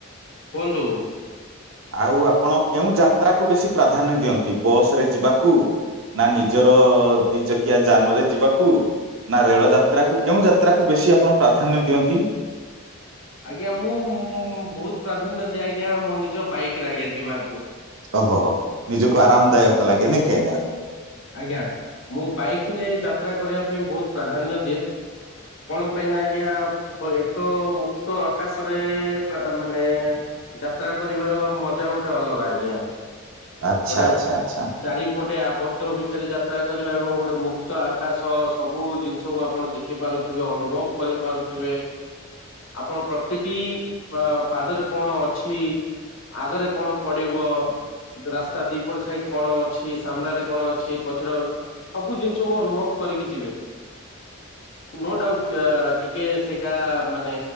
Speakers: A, on the left; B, on the right.
A: କୁହନ୍ତୁ?
B: ଆଉ ଆପଣ କେଉଁ ଯାତ୍ରାକୁ ବେଶୀ ପ୍ରାଧାନ୍ୟ ଦିଅନ୍ତି ବସ ରେ ଯିବାକୁ ନା ନିଜର ଦି ଚକିଆ ଯାନ ରେ ଯିବାକୁ ନା ରେଳ ଯାତ୍ରାକୁ କେଉଁ ଯାତ୍ରାକୁ ବେଶୀ ଆପଣ ପ୍ରାଧାନ୍ୟ ଦିଅନ୍ତି?
A: ଆଜ୍ଞା ମୁଁ ଉଁ ବହୁତ ପ୍ରାଧାନ୍ୟ ଦିଏ ଆଜ୍ଞା ମୋ ନିଜ ବାଇକରେ ଆଜ୍ଞା ଯିବାକୁ।
B: ଓହୋ ନିଜକୁ ଆରାମଦାୟକ ଲାଗେ ନାଇକି ଆଜ୍ଞା।
A: ଆଜ୍ଞା ମୁଁ ବାଇକ ରେ ଯାତ୍ରା କରିବା ପାଇଁ ବହୁତ ପ୍ରାଧାନ୍ୟ ଦିଏ। କଣ ପାଇଁ ନା ଆଜ୍ଞା ଏକ ତ ମୁକ୍ତ ଆକାଶରେ ମାନେ ଯାତ୍ରା କରିବାର ମଜା ଗୋଟେ ଅଲଗା ଆଜ୍ଞା।
B: ଆଚ୍ଛା
A: ଗୋଟେ
B: ଆଚ୍ଛା ଆଚ୍ଛା
A: ଚାରିପଟେ ଆବଧ ଭିତରେ ଯାତ୍ରା କରିବା ଏବଂ ଗୋଟେ ମୁକ୍ତ ଆକାଶ ସବୁ ଜିନିଷକୁ ଆପଣ ଦେଖିପାରୁଥିବେ ଅନୁଭବ କରିପାରୁଥିବେ। ଆପଣ ପ୍ରତିଟି ଇ ପାଦରେ କଣ ଅଛି, ଆଗରେ କଣ ପଡିବ, ରାସ୍ତା ଦିପଟ ସାଇଡ କଣ ଅଛି ସାମ୍ନାରେ କଣ ଅଛି ପଛର ସବୁ ଜିନିଷକୁ ଅନୁଭବ କରିକି ଯିବେ ନୋ ଡାଉଟ ଟିକେ ସେଇଟା ମାନେ